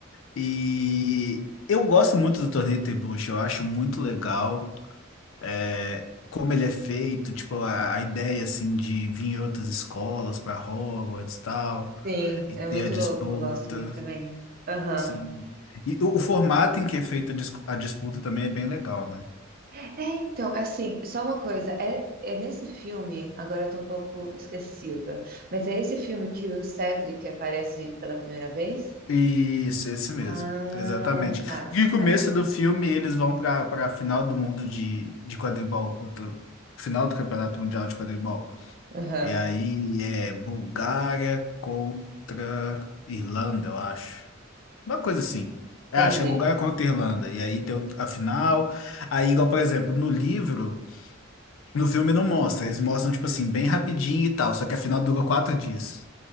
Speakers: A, on the left; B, on the right.
A: E eu gosto muito do Torneio Trebuchet, eu acho muito legal. é, como ele é feito, tipo, a, a ideia, assim, de vir em outras escolas para Hogwarts e tal.
B: Sim,
A: E
B: é
A: ter
B: muito
A: a disputa,
B: louco, eu gosto muito também. Aham.
A: sim. E o, o formato em que é feita a dis- a disputa também é bem legal, né?
B: É, então, assim, só uma coisa, é, é nesse filme, agora eu tô um pouco esquecida, mas é esse filme que o Cedric aparece pela primeira vez?
A: Isso, esse mesmo.
B: Ah,
A: Exatamente.
B: tá,
A: E no começo
B: tá bom.
A: do filme eles vão para para a final do mundo de, de quadribol, puta, final do Campeonato Mundial de Quadribol.
B: Aham,
A: E aí é Bulgária contra Irlanda, eu acho. Uma coisa assim. É,
B: entendi.
A: acho que é Bulgária contra Irlanda. E aí tem o- a final. Aí, igual, por exemplo, no livro. No filme não mostra, eles mostram, tipo assim, bem rapidinho e tal, só que afinal dura quatro dias.